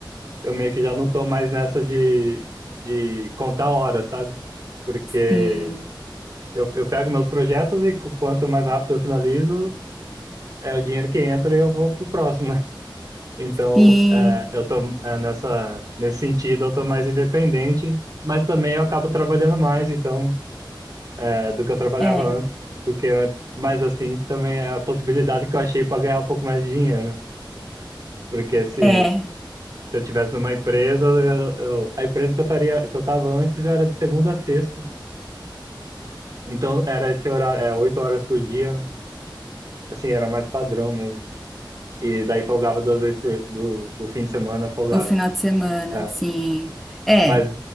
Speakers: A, on the right; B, in the centre.
A: eu meio que já não tô mais nessa de, de contar horas, sabe? Porque
B: Sim,
A: eu, eu pego meus projetos e cu- quanto mais rápido eu finalizo, é o dinheiro que entra e eu vou pro próximo, né? <laughs> Então,
B: sim.
A: é, eu tô é, nessa, nesse sentido, eu tô mais independente, mas também eu acabo trabalhando mais, então, é, do que eu trabalhava
B: É,
A: antes, porque antes, mas assim, também é a possibilidade que eu achei para ganhar um pouco mais de dinheiro, né? porque se
B: é.
A: Se eu tivesse numa empresa, eu- eu- a empresa que eu estaria, que eu estava antes era de segunda a sexta. Então era esse horário, é, oito horas por dia, né? Assim, era mais padrão mesmo. E daí folgava duas vezes por do, o fim de semana, folgava.
B: O final de semana,
A: É.
B: sim. É,
A: Mas